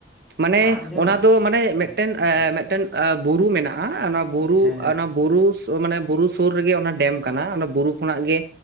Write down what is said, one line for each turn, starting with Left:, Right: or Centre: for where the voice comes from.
Right: ᱢᱟᱱᱮ
Centre: ᱢᱟᱨᱟᱝ ᱰᱮᱢ
Right: ᱚᱱᱟ ᱫᱚ ᱢᱟᱱᱮ
Centre: ᱥᱮ
Right: ᱢᱤᱫᱴᱮᱱ
Centre: ᱠᱟᱹᱴᱤᱡ
Right: ᱮ
Centre: ᱪᱮᱫ ᱞᱮᱠᱟ
Right: ᱢᱤᱫᱴᱮᱱ ᱵᱩᱨᱩ ᱢᱮᱱᱟᱜᱼᱟ ᱚᱱᱟ ᱵᱩᱨᱩ
Centre: ᱦᱮᱸ
Right: ᱚᱱᱟ ᱵᱩᱨᱩᱥ ᱢᱟᱱᱮ ᱵᱩᱨᱩᱥ ᱥᱩᱨ ᱨᱮᱜᱮ ᱚᱱᱟ ᱰᱮᱢ ᱠᱟᱱᱟ ᱚᱱᱟ ᱵᱩᱨᱩ ᱠᱷᱚᱱᱟᱜ ᱜᱮ